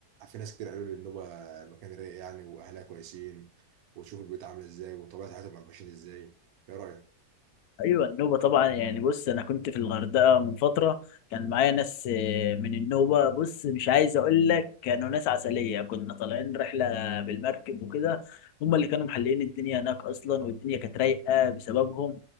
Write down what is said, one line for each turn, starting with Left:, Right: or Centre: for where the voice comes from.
Right: في ناس كتير قالوا لي النوبه مكان رايق يعني واهلها كويسين وتشوف البيوت عامله ازاي وطبيعه حياتهم ماشيين ازاي ايه رايك
Left: ايوه النوبه طبعا يعني بص انا كنت في الغردقه من فتره كان معايا ناس آه، من النوبه بص مش عايز اقول لك كانوا ناس عسليه كنا طالعين رحله بالمركب وكده هم اللي كانوا محللين الدنيا هناك اصلا والدنيا كانت رايقه بسببهم